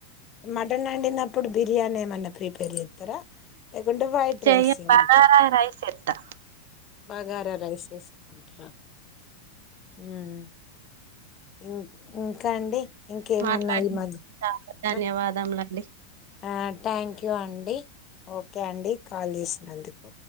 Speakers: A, on the left; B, on the right.
A: మటన్ వండినప్పుడు బిర్యానీ ఏమన్నా ప్రిపేర్ చెత్తర లేకుంటే వైట్
B: చెయ్య
A: రైస్ చేసుకుంటారా
B: బగారా రైస్ ఎత్తా
A: బఘారా రైస్ చేస్ ట్ర మ్మ్ ఇన్ ఇంకా అండి ఇంకేమన్న
B: మాట్లాడి
A: ఈ మధ్య
B: ధన్యవాదములండి
A: ఆ ఆ థ్యాంక్ యూ అండి ఓకే అండి కాల్ చేసినందుకు